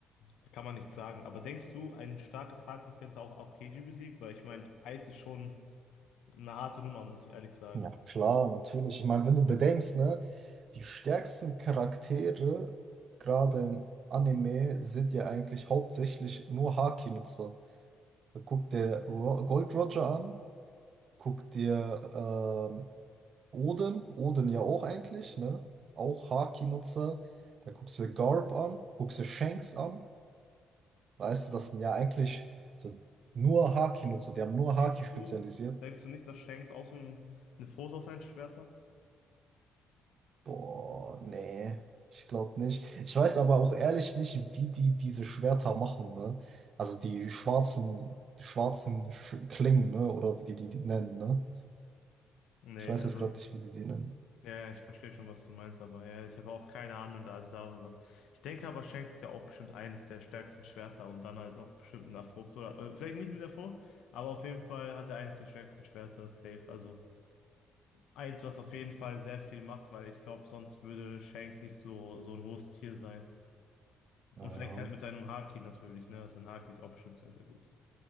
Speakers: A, on the left; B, on the right.
A: da kann man nichts sagen. Aber denkst du, ein starkes Haki könnte auch Aokiji besiegen? Weil ich meine, Eis ist schon eine harte Nummer, muss ich ehrlich sagen.
B: Ja, klar, natürlich. Ich meine, wenn du bedenkst, ne, die stärksten Charaktere, gerade im Anime, sind ja eigentlich hauptsächlich nur Haki-Nutzer. Guck dir Ro Gold Roger an, guck dir ähm, Odin, Odin ja auch eigentlich, ne? Auch Haki-Nutzer. Da guckst du Garp an, guckst du Shanks an. Weißt du, das sind ja eigentlich so nur Haki-Nutzer, die haben nur Haki
A: Denkst
B: spezialisiert.
A: du, denkst du nicht, dass Shanks auch so ein, eine Frucht auf sein Schwert hat?
B: Boah, nee, ich glaube
A: Hm.
B: nicht. Ich weiß aber auch ehrlich nicht, wie die diese Schwerter machen, ne? Also die schwarzen, schwarzen Sch Klingen, ne? Oder wie die die, die nennen, ne?
A: Nee,
B: Ich weiß
A: also.
B: jetzt gerade nicht, wie die die nennen.
A: Ja, ja, ich verstehe schon, was du meinst, aber ja, ich habe auch keine Ahnung da, also darüber. Ich denke aber, Shanks hat ja auch bestimmt eines der stärksten Schwerter und dann halt noch bestimmt mit einer Frucht oder äh, vielleicht nicht mit der Frucht, aber auf jeden Fall hat er eines der stärksten Schwerter safe. Also eins, was auf jeden Fall sehr viel macht, weil ich glaube, sonst würde Shanks nicht so so ein hohes Tier sein.
B: Naja.
A: Und vielleicht halt mit seinem Haki natürlich, ne? Also ein Haki ist auch bestimmt sehr, sehr gut.